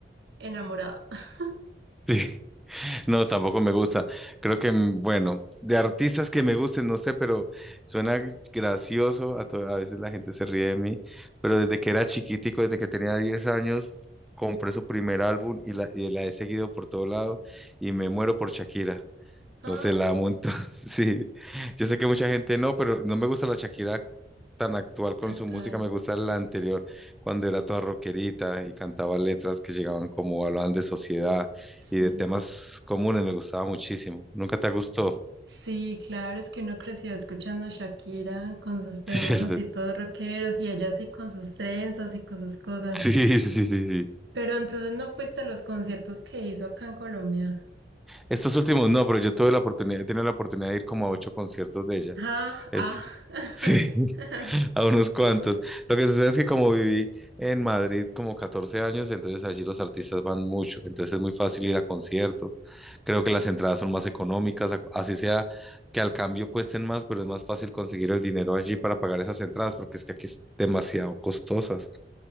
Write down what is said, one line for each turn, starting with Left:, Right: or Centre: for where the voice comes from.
Right: enamorada. <laughs>
Centre: <laughs> sí, No, tampoco me gusta. Creo que, mm, bueno, de artistas que me gusten, no sé, pero suena gracioso. A, to- a veces la gente se ríe de mí, pero desde que era chiquitico, desde que tenía 10 años, compré su primer álbum y la, y la he seguido por todo lado y me muero por Shakira.
Right: Ah,
Centre: No sé, la
Right: sí,
Centre: amo entonces, <laughs> Sí, yo sé que mucha gente no, pero no me gusta la Shakira tan actual con
Right: actual.
Centre: su música, me gusta la anterior, cuando era toda rockerita y cantaba letras que llegaban como hablaban de sociedad
Right: Sí.
Centre: y de temas comunes, me gustaba muchísimo. ¿Nunca te gustó?
Right: Sí, claro, es que uno creció escuchando a Shakira con sus temas
Centre: <laughs> ¿Cierto?
Right: así todos rockeros y ella así con sus trenzas y con sus cosas.
Centre: Sí, sí, sí, sí.
Right: Pero entonces no fuiste a los conciertos que hizo acá en Colombia.
Centre: Estos últimos no, pero yo tuve la oportunidad, he tenido la oportunidad de ir como a ocho conciertos de ella
Right: Ah,
Centre: Es,
Right: ah. <laughs>
Centre: sí, <laughs> a unos cuantos. Lo que sucede es que como viví en Madrid como 14 años, entonces allí los artistas van mucho, entonces es muy fácil ir a conciertos. Creo que las entradas son más económicas, a- así sea que al cambio cuesten más, pero es más fácil conseguir el dinero allí para pagar esas entradas, porque es que aquí es demasiado costosas. O